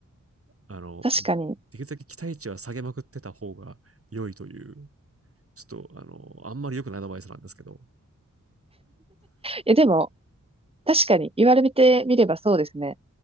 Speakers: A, on the right; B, on the right.
A: あの、
B: 確かに。
A: できるだけ期待値は下げまくってた方が良いという、ちょっとあの、あんまり良くないアドバイスなんですけど、
B: え、でも、確かに、言われてみればそうですね。